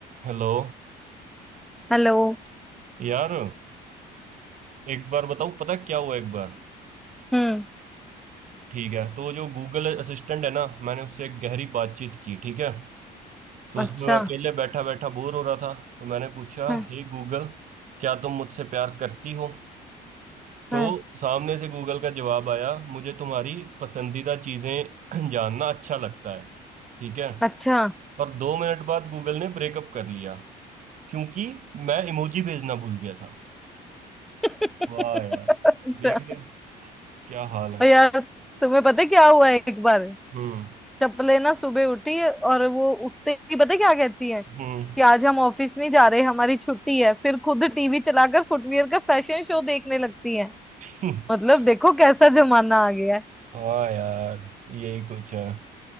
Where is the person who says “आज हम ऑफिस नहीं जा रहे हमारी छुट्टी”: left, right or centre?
Centre